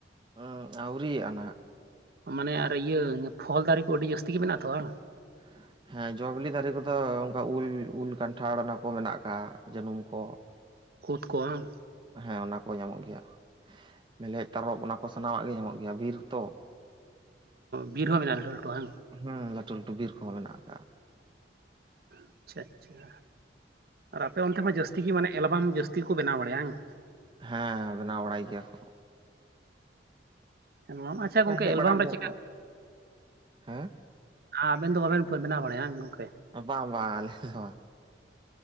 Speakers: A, on the right; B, on the right.
A: ᱦᱩᱸ ᱟᱹᱨᱤ ᱟᱱᱟ
B: ᱢᱟᱱᱮ ᱟᱨ ᱤᱭᱟᱹ ᱯᱷᱚᱞ ᱫᱟᱨᱮ ᱠᱚ ᱟᱹᱰᱤ ᱡᱟᱹᱥᱛᱤ ᱜᱮ ᱢᱮᱱᱟᱜ ᱛᱚ ᱵᱟᱝ
A: ᱦ <unintelligible> ᱦᱮᱸ ᱡᱚ ᱵᱤᱞᱤ ᱫᱟᱨᱮ ᱠᱚᱫᱚ ᱚᱱᱠᱟ ᱩᱞ ᱩᱞ ᱠᱟᱱᱴᱷᱟᱲ ᱚᱱᱟ ᱠᱚ ᱢᱮᱱᱟᱜ ᱟᱠᱟᱫ ᱡᱟᱹᱱᱩᱢ ᱠᱚ
B: ᱠᱩᱫ ᱠᱚ ᱦᱟᱝ
A: ᱦᱮᱸ ᱚᱱᱟ ᱠᱚ ᱧᱟᱢᱚᱜ ᱜᱮᱭᱟ ᱢᱮᱞᱦᱮᱫ ᱛᱟᱨᱚᱵ ᱚᱱᱟ ᱠᱚ ᱥᱟᱱᱟᱢᱟᱜ ᱜᱮ ᱧᱟᱢᱚᱜ ᱜᱮᱭᱟ ᱵᱤᱨ ᱛᱚ
B: ᱵᱤᱨ ᱦᱚᱸ ᱢᱮᱱᱟᱜᱼᱟ ᱞᱟᱹᱴᱩ ᱞᱟᱹᱴᱩ ᱵᱟᱝ
A: ᱦᱩᱸ ᱞᱟᱹᱴᱩ ᱞᱟᱹᱴᱩ ᱵᱤᱨ ᱠᱚᱦᱚᱸ ᱢᱮᱱᱟᱜ ᱟᱠᱟᱜᱼᱟ
B: ᱟᱪᱪᱷᱟ ᱟᱪᱪᱷᱟ ᱟᱨ ᱟᱯᱮ ᱚᱱᱛᱮ ᱢᱟ ᱡᱟᱹᱥᱛᱤ ᱜᱮ ᱢᱟᱱᱮ ᱧᱮᱞ ᱟᱵᱟᱢ ᱡᱟᱹᱥᱛᱤ ᱠᱚ ᱵᱮᱱᱟᱣ ᱵᱟᱲᱟᱭᱼᱟ ᱝᱟᱝ
A: ᱦᱮᱸ ᱵᱮᱱᱟᱣ ᱵᱟᱲᱟᱭ ᱜᱮᱭᱟ ᱠᱚ
B: ᱮᱞᱵᱟᱢ ᱟᱪᱪᱷᱟ ᱜᱚᱝᱠᱮ
A: ᱦᱮᱡ
B: ᱮᱞᱵᱟᱢ
A: ᱵᱟᱲᱟᱜ
B: ᱨᱮ
A: ᱜᱮᱭ
B: ᱪᱮᱫᱠᱟ
A: ᱦᱮᱸ
B: ᱟᱵᱮᱱ ᱫᱚ ᱵᱟᱵᱮᱱ ᱵᱮᱱᱟᱣ ᱵᱟᱲᱟᱭᱟ ᱜᱚᱝᱠᱮ
A: ᱵᱟᱝ ᱵᱟᱝ ᱟᱞᱮ ᱫᱚ ᱵᱟᱝ